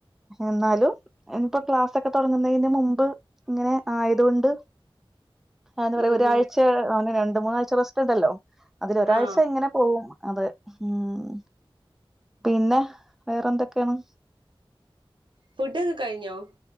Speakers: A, in the centre; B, on the right (about 60°).
A: എന്നാലും ഇനിപ്പ ക്ലാസ്സൊക്കെ തൊടങ്ങുന്നതിന് മുമ്പ് ഇങ്ങനെ ആയത്കൊണ്ട് എന്താ പറയാ
B: ഉം
A: ഒരാഴ്ച
B: ഹും
A: ഒന്ന് രണ്ട് മൂന്നാഴ്ച്ച റെസ്റ്റുണ്ടല്ലോ അതിലൊരാഴ്ച്ച
B: ആഹ്
A: ഇങ്ങനെ പോകും. അതെ ഊം പിന്ന വേറന്തൊക്കേണ്.
B: ഫുഡക്കെ കഴിഞ്ഞോ